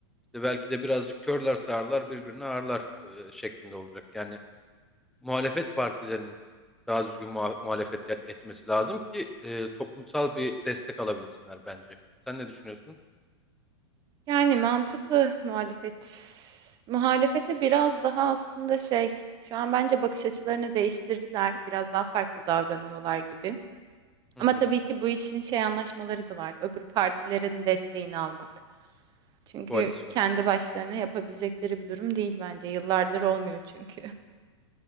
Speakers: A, in the centre; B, on the right.
A: işte belki de birazcık körler sağırlar birbirini ağırlar e, şeklinde olacak. Yani muhalefet partilerinin daha düzgün muha- muhalefet et- etmesi lazım ki e, toplumsal bir destek alabilsinler bence. Sen ne düşünüyorsun?
B: Yani mantıklı muhalefet. Muhalefete biraz daha aslında şey, şu an bence bakış açılarını değiştirdiler. Biraz daha farklı davranıyorlar gibi.
A: Hı
B: Ama
A: hı.
B: tabii ki bu işin şey anlaşmaları da var. Öbür partilerin desteğini almak. Çünkü
A: Koalisyon.
B: kendi başlarına yapabilecekleri bir durum değil bence. Yıllardır olmuyor çünkü. <laughs>